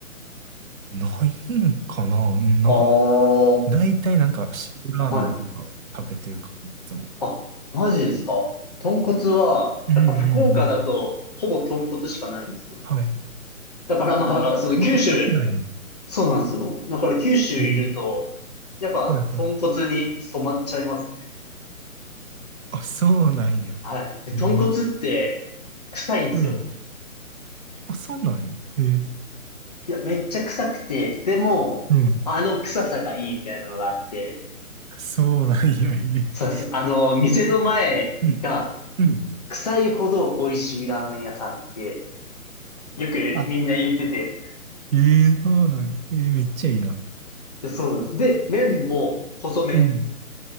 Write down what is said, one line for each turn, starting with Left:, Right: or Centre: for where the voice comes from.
Right: ないんかなうんなんか、
Left: あ
Right: 大体なんか塩ラーメンとか食べてるかも、
Left: あ、はい。
Right: いつも。
Left: あ、マジですか豚骨は、
Right: うんうんうん。
Left: やっぱ福岡だと、ほぼ豚骨しかないんですよ。
Right: はい。
Left: だからまあ、
Right: あ、
Left: その九州
Right: 豚骨だけなんや。
Left: そうなんですよ。だから九州いると、
Right: えー
Left: やっぱ豚骨に染まっちゃいますね。
Right: はいはい。あ、そうなんや。
Left: はい。で、
Right: えー
Left: 豚骨って臭いんですよ。
Right: うん。あ、そうなんや。えー
Left: いや、めっちゃ臭くて、でも、
Right: うん。
Left: あの臭さがいいみたいなのがあって、
Right: そうなんや。えー
Left: そうです。あの、店の前が
Right: うん。うん。
Left: 臭いほど美味しいラーメン屋さんって、よくみんな言ってて。
Right: あ、えーそうなんや。えーめっちゃいいな。
Left: でそうなんです。で、麺も細麺。
Right: うん。